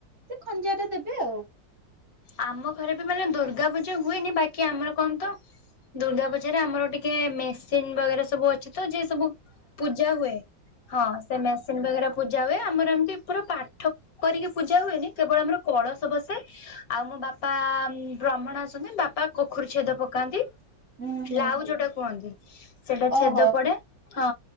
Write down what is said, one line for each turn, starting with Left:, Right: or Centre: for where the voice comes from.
Right: ସେ ଖଞ୍ଜାରେ ଦେବେ ଆଉ।
Left: ଆମ ଘରେ ବି ମାନେ ଦୁର୍ଗାପୂଜା ହୁଏନି। ବାକି ଆମର କଣ ତ ଦୁର୍ଗାପୂଜାରେ ଆମର ଟିକେ ମେସିନ୍ ବାଗେରା ସବୁ ଅଛି ଅଛି ତ ଯିଏ ସବୁ ପୂଜା ହୁଏ। ହଁ ସେ ମେସିନ୍ ବଗେରା ପୂଜା ହୁଏ। ଆମର ଏମିତି ପୁରା ପାଠ କରିକି ପୂଜା ହୁଏନି, କେବଳ ଆମର କଳସ ବସେ ଆଉ ମୋ ବାପା, ବ୍ରାହ୍ମଣ ଆସନ୍ତି ବାପା କୋଖରୀ ଛେଦ ପକାନ୍ତି।
Right: ହୁଁ ହୁଁ
Left: ଲାଉ
Right: ହୁଁ
Left: ଯୋଉଟା କୁହନ୍ତି ସେଟା
Right: ଓହୋ
Left: ଛେଦ ପଡେ ହଁ